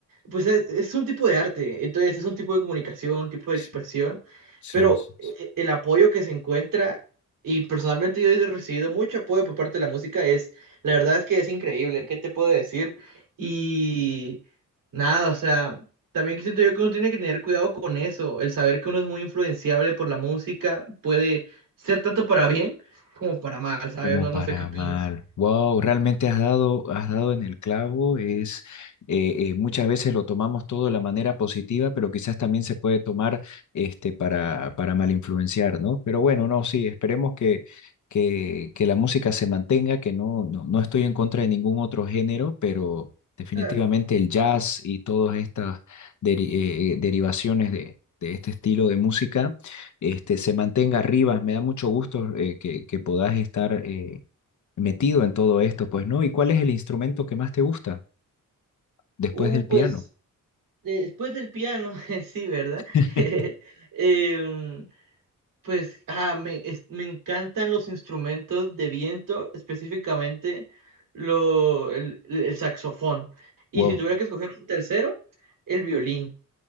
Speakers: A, on the right; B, on the left.
A: pues es, es un tipo de arte, entonces es un tipo de comunicación, un tipo de
B: Sí,
A: expresión,
B: sí,
A: pero
B: sí,
A: eh, el apoyo que se encuentra, y personalmente yo he recibido mucho apoyo por parte de la música, es, la verdad es que es increíble, ¿qué te puedo decir? Y nada, o sea... También siento yo que uno tiene que tener cuidado con eso, el saber que uno es muy influenciable por la música puede ser tanto para bien como para mal, ¿sabes?
B: Como
A: No,
B: para
A: no sé qué opinas.
B: mal. Wow, realmente has dado, has dado en el clavo. Es eh, eh, muchas veces lo tomamos todo de la manera positiva, pero quizás también se puede tomar este para, para mal influenciar, ¿no? Pero bueno, no, sí, esperemos que, que, que la música se mantenga, que no, no, no estoy en contra de ningún otro género, pero definitivamente
A: Claro.
B: el jazz y todas estas deri- eh, eh, derivaciones de, de este estilo de música este, se mantenga arriba. Me da mucho gusto eh, que, que puedas estar eh, metido en todo esto, pues, ¿no? ¿Y cuál es el instrumento que más te gusta después
A: Uh,
B: del
A: pues
B: piano?
A: de- después del piano, <laughs> sí, ¿verdad?
B: <laughs>
A: <laughs> Em, pues ah, me, es- me encantan los instrumentos de viento, específicamente lo, el, el saxofón. Y
B: Wow.
A: si tuviera que escoger un tercero, el violín.